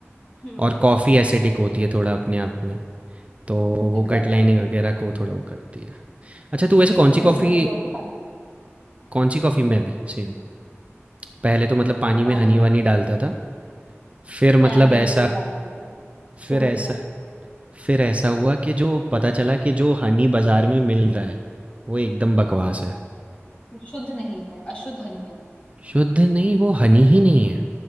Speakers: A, on the left (about 25°); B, on the right (about 25°).
A: हम्म
B: और कॉफ़ी एसिडिक होती है थोड़ा अपने आप में, तो वो
A: एग्जैक्टली
B: गट लाइनिंग वगैरह को थोड़ा वो करती है। अच्छा, तू वैसे कौन-सी
A: मैं
B: कॉफ़ी
A: सुबह सुबह उठ के पानी
B: कौन-सी कॉफ़ी में अभी सेम? पहले तो मतलब पानी
A: पानी
B: में हनी-वनी डालता था। फिर मतलब
A: ऐ नहीं
B: ऐसा
A: वो नहीं डाल दिया छोड़
B: फिर ऐसा
A: दिया
B: फिर ऐसा हुआ कि जो पता चला कि जो हनी बाज़ार में मिल रहा है, वो एकदम बकवास
A: हाँ
B: है।
A: वो शुद्ध नहीं है अशुद्ध हनी है वो
B: शुद्ध नहीं, वो हनी ही नहीं है,